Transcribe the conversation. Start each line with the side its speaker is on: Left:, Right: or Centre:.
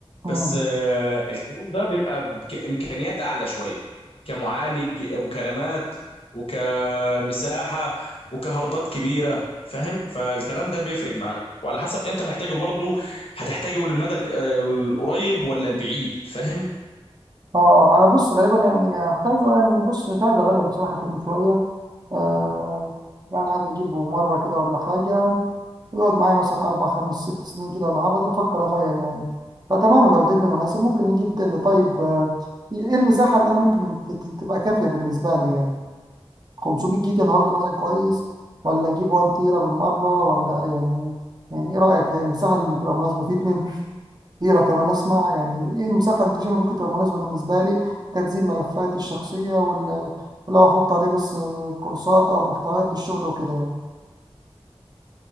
Right: مم.
Left: بس آه، الكلام ده بيبقى بامكانيات اعلى شويه كمعالج وكرامات وكمساحه وكهاردات كبيره فاهم فالكلام ده بيفرق معاك وعلى حسب انت محتاجه برضه هتحتاجه للمدى ال- آه، القريب ولا البعيد فاهم
Right: اه آه، انا بص غالبا يعني هحتاجه يعني بص مش عايز اغير بصراحه كل شويه آه يعني عايز اجيبه مره كده ولا حاجه يقعد معايا مثلا اربع خمس ست سنين كده ولا حاجه بعدين افكر اغير يعني فتمام لو دل مناسب ممكن نجيب دل طيب آه، ايه المساحه اللي انا ممكن ت- ت- تبقى كافيه بالنسبه لي يعني 500 جيجا الهارد مثلا كويس ولا اجيب 1 تيرا بالمره ولا يعني يعني ايه رايك يعني المساحه اللي بتبقى مناسبه في 2 كتيرة كمان أسمع يعني إيه المساحة اللي أنت شايفها ممكن تبقى مناسبة بالنسبة لي لتخزين ملفاتي الشخصية وال- ولو أحط عليه بس كورسات أو محتويات للشغل وكده يعني